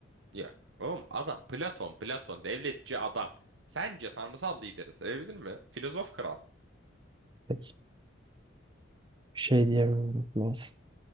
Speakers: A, on the right; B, on the right.
A: Yok. Oğlum adam Platon, Platon devletçi adam. Sence tanrısal lideri sevebilir mi? Filozof kral.
B: Peki. Şey diyemiyorum. Neyse.